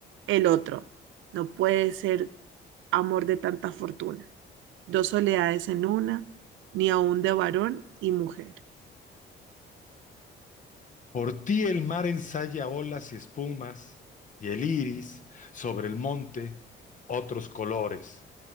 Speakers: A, on the right; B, on the left.
A: El otro, no puede ser amor de tanta fortuna, dos soledades en una, ni aun de varón y mujer.
B: Por ti el mar ensaya olas y espumas, y el iris sobre el monte otros colores.